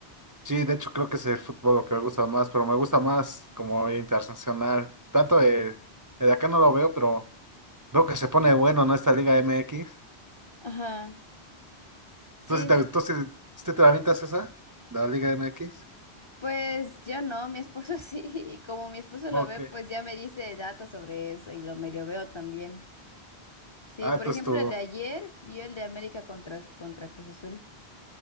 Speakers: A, on the right (about 30°); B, on the left (about 40°).
A: sí, de hecho creo que es el fútbol lo que me gusta más, pero me gusta más como internacional. Tanto el, el de acá no lo veo, pero veo que se pone bueno, ¿no? Esta Liga MX.
B: Ajá. Sí,
A: ¿Tú sí te,
B: s-
A: tú sí- sí te la avientas esa? La Liga MX.
B: pues yo no, mi esposo sí, <laughs> y como mi esposo
A: Ok.
B: lo ve, pues ya me dice datos sobre eso y lo medio veo también. Sí,
A: Ah,
B: por
A: entonces
B: ejemplo,
A: tu,
B: el de ayer vio el de América contra, contra Cruz Azul.